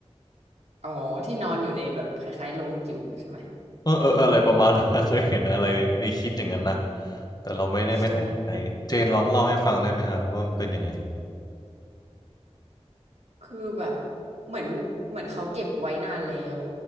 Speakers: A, on the right; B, on the left.
A: อ๋อที่นอนอยู่ในแบบคล้ายๆโรงจิ๋วใช่ไหม
B: เออเออเอออะไรประมาณนั้น <laughs> เคยเห็นอะไรในคลิปอย่างนั้นนะแต่เราไม่ได้ไม่แน่ใจเจนลองเล่าให้ฟังได้ไหมฮะว่ามันเป็นยังไง
A: ใช่ คือแบบเหมือนเหมือนเขาเก็บไว้นานแล้ว